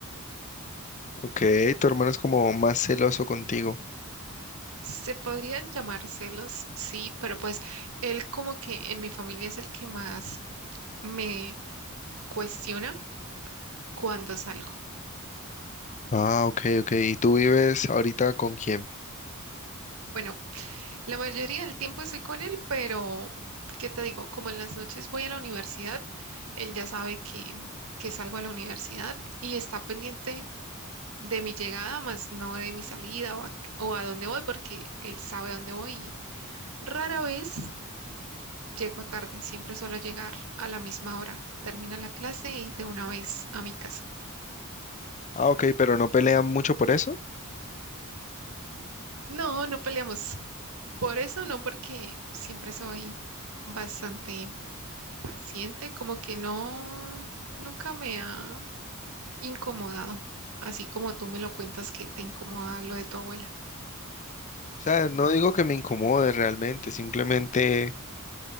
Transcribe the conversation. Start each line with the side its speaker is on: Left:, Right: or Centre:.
Left: Ok, tu hermano es como más celoso contigo.
Right: Se podrían llamar celos, sí, pero pues él como que en mi familia es el que más me cuestiona cuando salgo.
Left: Ah, ok, ok. ¿Y tú vives ahorita con quién?
Right: Bueno, la mayoría del tiempo estoy con él, pero ¿qué te digo? Como en las noches voy a la universidad, él ya sabe que, que salgo a la universidad y está pendiente de mi llegada, más no de mi salida o a, o a dónde voy, porque él sabe dónde voy. y Rara vez Llego tarde, siempre suelo llegar a la misma hora. Termina la clase y de una vez a mi casa.
Left: Ah, ok, pero no pelean mucho por eso.
Right: No, no peleamos. Por eso no, porque siempre soy bastante paciente, como que no, nunca me ha incomodado, así como tú me lo cuentas que te incomoda lo de tu abuela.
Left: O sea, no digo que me incomode realmente, simplemente